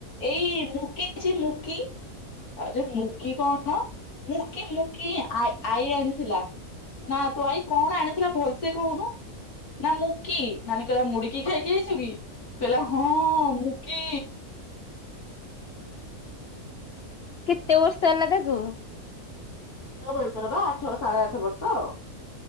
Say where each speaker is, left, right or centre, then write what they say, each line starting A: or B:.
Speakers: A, on the left; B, on the left.
A: ଏଇ ମୁକିଛି ମୁକି ଆଉଜୋଉ ମୁକି କଣ ମୁକି ମୁକି ଆଇ ଆଣିଥିଲା। ନାତୋ ଆଇ କଣ ଆଣିଥିଲ ଭୋଲସେ କହୁନୁ? ନା ମୁଁ କିି ନାନୀ କହିଲା ମୁଡିକି ଖାଇକି ଆଇଚୁ କି? କହିଲା ହଁ ମୁଁ କି
B: କେତେ ବର୍ଷ ହେଲା ତାକୁ?
A: <unintelligible> ଆଠ ସାଢ଼େ ଆଠ ବର୍ଷ।